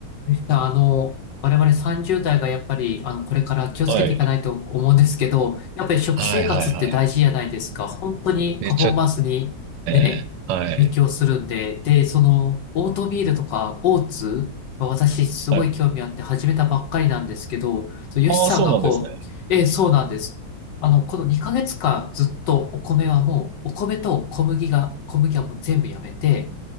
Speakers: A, on the left; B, on the right.
A: ゆ田さん、あの、我々30代がやっぱり、あの、これから気をつけていかないと思うんですけど、
B: はい。
A: やっぱり食生活って大事じゃないですか。
B: はいはいはい。
A: 本当にパフォーマンスにね、
B: めちゃ、えー、はい。
A: 影響するんで、で、その、オートミールとかオーツは私すごい興味あって始めたばっかりなんですけど、
B: はい。
A: そう、ヨシさんがこう、
B: ああ、そうなんですね。
A: ええ、そうなんです。あの、この2ヶ月間ずっとお米はもう、お米と小麦が、小麦はもう全部やめて、